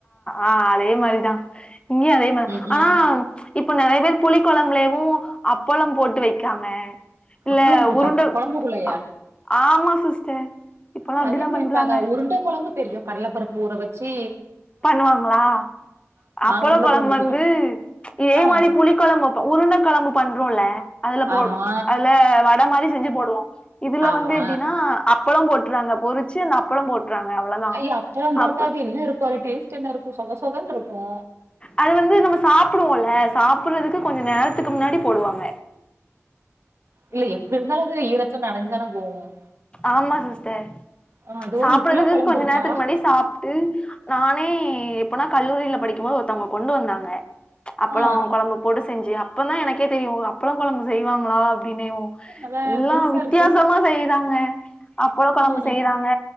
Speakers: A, on the left (about 20°); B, on the right (about 60°).
A: ஆ அதே மாரிதா இங்கயு அதே மாரிதா
B: ம், ம்.
A: ஆனா இப்ப நறைய பேர் புளி குழம்புலேவு அப்பளம் போட்டு வைக்கறாங்க இல்ல
B: அப்பளம் போட்டா
A: உருண்ட
B: கொழம்புக்குள்ளயா?
A: அ ஆமா சிஸ்டர் இப்பல்லா
B: அய
A: அப்டிதா
B: அது எப்டி
A: பண்றாங்க
B: வைப்பாங்க உருண்ட கொழம்பு தெரியு கடலப்பருப்பு ஊற வச்சி
A: பண்ணுவாங்களா அப்பள
B: உருண்ட
A: கொழம்பு வந்து
B: தெரியும்.
A: இதே
B: ஆ
A: மாரி புளி கொழம்ப உருண்ட கொழம்பு பண்றோல அதுல போ
B: ஆமா,
A: அதுல வட மாரி செஞ்சு போடுவோ இதுல
B: ஆமா.
A: வந்து எப்டின்னா அப்பளோ போட்டுறாங்க பொறிச்சி அந்த அப்பளோ போட் றாங்க அவ்ளோதா
B: அய அப்பளம் போட்டா
A: அப்பள
B: அது என்ன இருக்கோ அது டேஸ்ட் என்ன இருக்கு சொதசொதன்னு இருக்கோ
A: அது வந்து நம்ம சாப்பிடுவோல்ல சாப்பிடுறதுக்கு கொஞ்சோ நேரத்துக்கு முன்னாடி போடுவாங்க
B: இல்ல எப்டி இருந்தாலு அது ஈரத்துல நனஞ்சுதான போவும்
A: ஆமா சிஸ்டர்
B: ஆ அது
A: சாப்பிடுறதுக்கு
B: ஒரு இப்டிலா கொழம்பு
A: கொஞ்ச
B: இருக்கா?
A: நேரத்துக்கு முன்னாடி சாப் ட்டு நானே எப்பனா கல்லூரியில படிக்கும் போது ஒருத்தவங்க கொண்டு வந்தாங்க அப்பளோ
B: ஆ
A: கொழம்பு போட்டு செஞ்சி அப்ப தா எனக்கே தெரியு அப்பள கொழம்பு செய்வாங்களா அப்டினேவு
B: அதான்
A: எல்லா
B: புதுசா
A: வித்தியாசமா
B: இருக்கு.
A: செய்றாங்க அப்பள கொழம்பு
B: ம்
A: செய் தாங்க